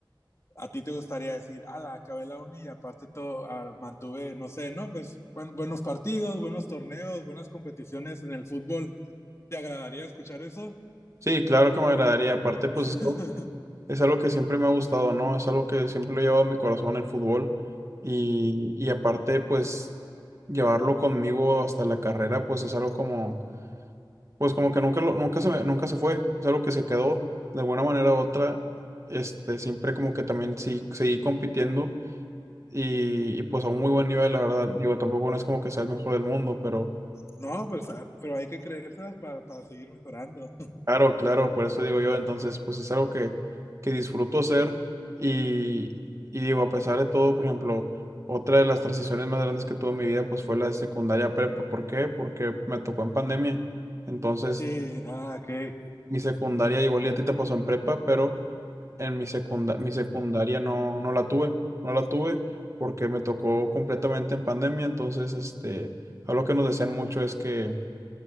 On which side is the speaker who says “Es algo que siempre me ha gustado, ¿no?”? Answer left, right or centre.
Right